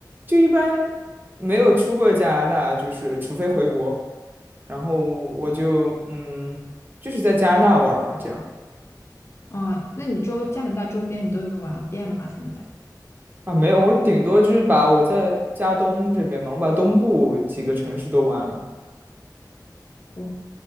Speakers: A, on the right; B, on the left.
A: 就一般没有出过加拿大，就是除非回国，然后我就嗯，就是在加拿大玩儿嘛，这样
B: 哦，那你周加拿大周边你都有玩遍了吗？现在？
A: 啊，没有，我顶多就是把我在加东这边嘛，我把东部几个城市都玩了，
B: 哦，